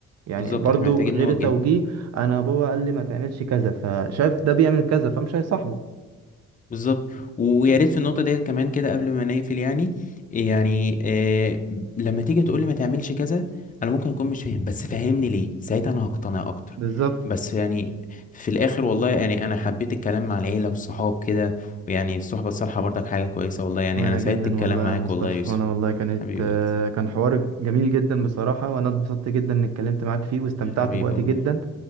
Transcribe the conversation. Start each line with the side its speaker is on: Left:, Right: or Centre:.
Right: يعني
Left: بالظبط
Right: برضو
Left: احنا محتاجين
Right: غير
Left: نوجههم
Right: التوجيه انا بابا قال لي ما تعملش كذا فشاف ده بيعمل كذا فمش هيصاحبه
Left: بالظبط ويا ريت في النقطة ديت كمان كده قبل ما نقفل يعني يعني آه لما تيجي تقولي ما تعملش كذا انا ممكن اكون مش فاهم بس فهمني ليه ساعتها انا هقتنع اكتر
Right: بالظبط
Left: بس يعني في الاخر والله يعني انا حبيت الكلام مع العيلة والصحاب كده ويعني الصحبة الصالحة برضك حاجة كويسة والله يعني
Right: وانا
Left: انا سعدت
Right: جدا
Left: الكلام
Right: والله
Left: معاك
Right: يا مصطفى
Left: والله يا يوسف
Right: وانا والله كانت
Left: حبيبي
Right: آه،
Left: يا يوسف.
Right: كان حوار جميل جدا بصراحة وانا اتبسطت جدا اني اتكلمت معاك فيه واستمتعت
Left: حبيبي
Right: بوقتي
Left: والله
Right: جدا